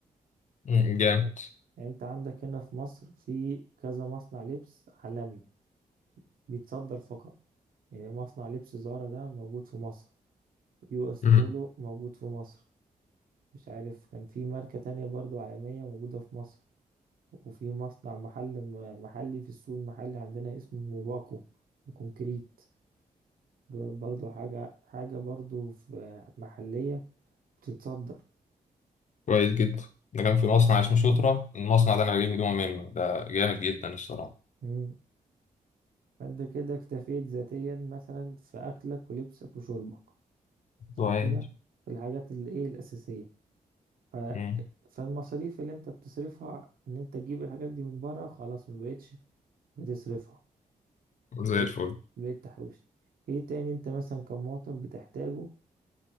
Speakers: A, on the left; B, on the right.
A: مم. جامد
B: يعني يعني انت عندك هنا في مصر في كذا مصنع لبس عالمي بيتصدر فقط يعني مصنع لبس زارا ده موجود في مصر يو اس
A: مم.
B: بولو موجود في مصر مش عارف كان في ماركة تانية برضو عالمية موجودة في مصر وفي مصنع محل محلي في السوق المحلي عندنا اسمه موباكو وكونكريت دول برضو حاجة حاجة برضو في محلية بتتصدر
A: كويس جدا ده كان في مصنع اسمه سوترا المصنع ده انا بجيب هدوم منه ده جامد جدا الصراحه
B: مم. فانت كده اكتفيت ذاتيا مثلا في أكلك ولبسك وشربك صح
A: كويس
B: كده في الحاجات الايه الأساسية ف...
A: مم.
B: فالمصاريف اللي انت بتصرفها ان انت تجيب الحاجات دي من بره خلاص ما بقتش بتصرفها بقيت
A: زي الفل
B: بقيت تحوش ايه تاني انت مثلا كمواطن بتحتاجه